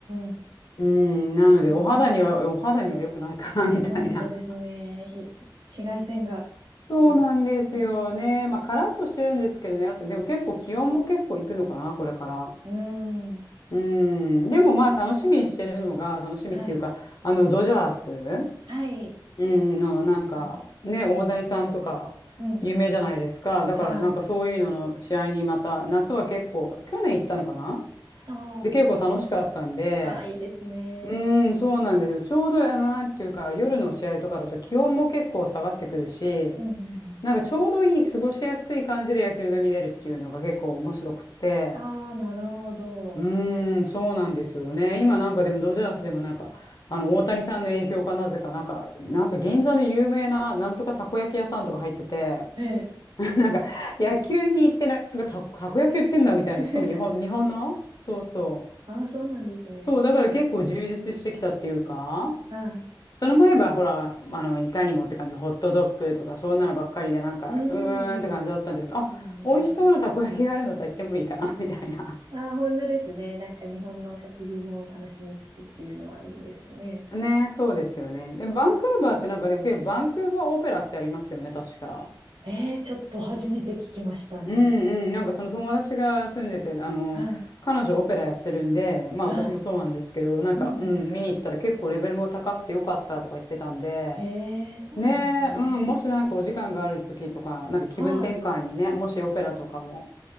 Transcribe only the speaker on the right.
ん。日
差しね。
本当ですね。
ひ、紫外線が強いですね。
うーん。
はい。
はい。
確かに。
うんうんうん。
はい。
あー
あー、いいですね。
うんうん
うん。ああ、なるほど。
ええ。
<laughs>
ああ、そうなんですね。
はい。
うん。
そのイメージあります。
ああ、本当ですね。なんか日本の食事も楽しみつつっていうのはいいですよね。
ええ、ちょっと初めて聞きましたね。
はい。
はい。
うんうん
へえ、そうなんですね。
はい。